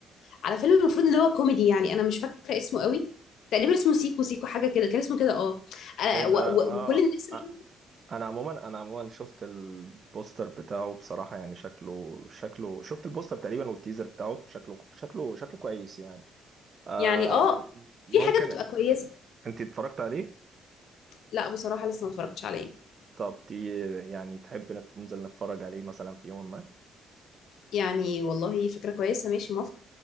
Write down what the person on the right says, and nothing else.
ايه ده
اه
آه. انا عموما انا عموما شفت البوستر بتاعه بصراحه يعني شكله شكله شفت البوستر تقريبا والتيزر بتاعه شكله شكله شكله كويس يعني آه
ممكن
انت اتفرجت عليه
طب تي يعني تحب نت- ننزل نتفرج عليه مثلا في يوم ما